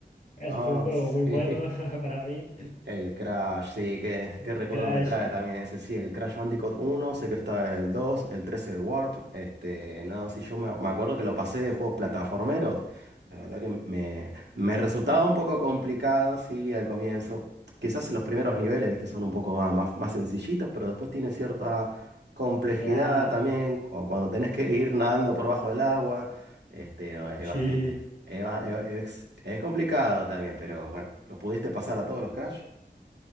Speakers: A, on the left; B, on the right.
A: Ese
B: Ah,
A: fue un juego
B: <laughs>
A: muy bueno
B: sí.
A: <laughs> para mí.
B: El Crash, sí, qué,
A: El
B: qué recuerdos
A: Crash.
B: me trae también ese, sí, el Crash Bandicoot uno sé que está el dos el tres el Warp, este, no, sí, yo me, me acuerdo que lo pasé de juegos plataformeros, la verdad que me, me resultaba un poco complicado, sí, al comienzo, quizás los primeros niveles, viste, son un poco más, más, más sencillitos, pero después tiene cierta complejidad
A: Claro.
B: también, o cuando tenés que ir nadando por bajo del agua, este, no, es
A: Sí,
B: bastante, es, es es complicado también, pero bueno, ¿lo pudiste pasar a todos los Crash?